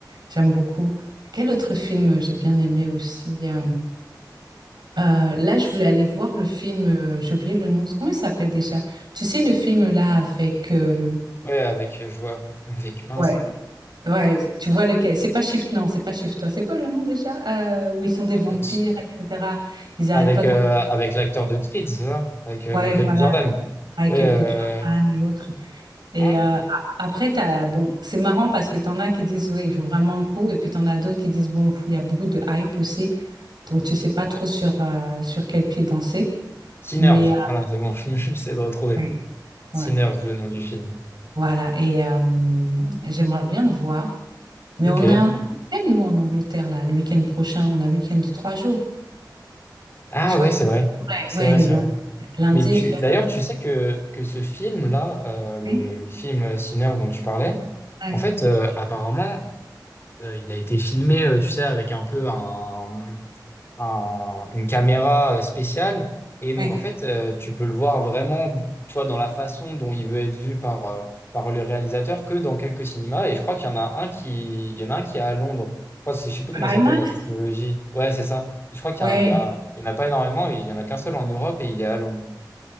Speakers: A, on the right; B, on the left.
A: j'aime beaucoup. Quel autre film euh, j'ai bien aimé aussi euh, euh, Là, je voulais aller voir le film, euh, j'ai oublié le nom, comment il s'appelle déjà? Tu sais, le film là avec. euh,
B: Ouais, avec, euh, je vois, avec mince.
A: Ouais. ouais, tu vois lequel? C'est pas Shift, non, c'est pas Shifter. C'est quoi le nom déjà? Euh, où ils sont des vampires,
B: Euh, s-
A: etc. Ils arrêtent
B: Avec,
A: pas d'en.
B: euh, avec l'acteur de Creed, c'est ça? Avec euh,
A: Ouais,
B: Michael
A: voilà.
B: B. Jordan.
A: Michael
B: Ouais, euh,
A: B. Jordan et autres. Et
B: ah,
A: euh, a- après, t'as, bon, c'est marrant parce que t'en as qui disent, oui, il faut vraiment le coup. Et puis t'en as d'autres qui disent, bon, pff, il y a beaucoup de hype aussi. Donc, tu sais pas trop sur, euh, sur quel pied danser.
B: Sinners.
A: Mais euh,
B: Voilà, c'est bon, <laughs> je me- j'essaie de retrouver.
A: ouais,
B: Sinners,
A: ouais.
B: le nom du film.
A: voilà. Et euh, j'aimerais bien le voir. Mais
B: Ok.
A: on a un long week-end, nous, en Angleterre, là, le week-end prochain. On a un week-end de trois jours.
B: Ah
A: Je crois
B: ouais,
A: que...
B: c'est vrai.
A: Ouais,
B: C'est
A: ouais,
B: vrai,
A: le
B: c'est
A: lundi.
B: vrai.
A: Lundi
B: Mais tu,
A: est férié.
B: d'ailleurs, tu sais que, que ce film-là, euh, le,
A: Oui,
B: le film euh, Sinners dont tu parlais,
A: ouais,
B: en fait, euh, apparemment, euh, il a été filmé, euh, tu sais, avec un peu un, un- une caméra euh, spéciale. Et donc,
A: ouais.
B: en fait, euh, tu peux le voir vraiment, tu vois, dans la façon dont il veut être vu par, euh, par le réalisateur que dans quelques cinémas. Et je crois qu'il y en a un qui, il y en a un qui est à Londres. Je crois, que c'est- je sais plus
A: Le
B: comment ça
A: IMAX.
B: s'appelle, la technologie. Ouais, c'est ça. Je crois qu'il
A: Ouais.
B: y en a, un- il y a- il y en a pas énormément. Il y en a qu'un seul en Europe et il est à Londres.